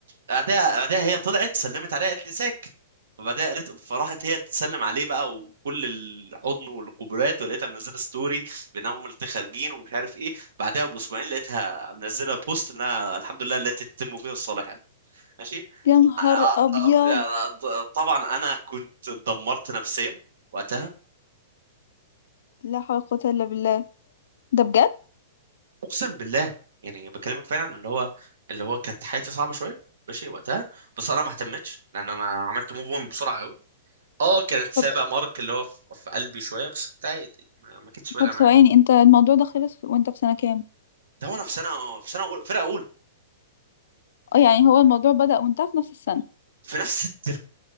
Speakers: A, on the right; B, on the left.
A: بعدها بعدها هي طلعت سلمت عليها قالت لي ازيك وبعدها قالت فراحت هي تسلم عليه بقى وكل الحضن والقبرات ولقيتها منزله ستوري بانهم هم الاتنين خارجين ومش عارف ايه بعدها باسبوعين لقيتها منزله بوست انها الحمد لله التي تتم فيها الصالحات ماشي
B: يا نهار
A: ع-
B: ابيض
A: ع- طبعا انا كنت اتدمرت نفسيا وقتها
B: لا حول ولا قوة الا بالله ده بجد
A: اقسم بالله يعني بكلمك فعلا اللي هو اللي هو كانت حياتي صعبه شويه ماشي وقتها بس انا ما اهتمتش لان انا عملت موف اون بسرعه اه كانت سابقة
B: طب
A: مارك اللي هو في في قلبي شوية بس كنت عادي ما, ما كانتش فارقة
B: طب
A: معايا
B: ثواني انت الموضوع ده خلص وانت في سنة كام
A: ده وانا في سنة في سنة أولى فرقة أولى
B: اه يعني هو الموضوع بدأ وانتهى في نفس السنة
A: في نفس الترم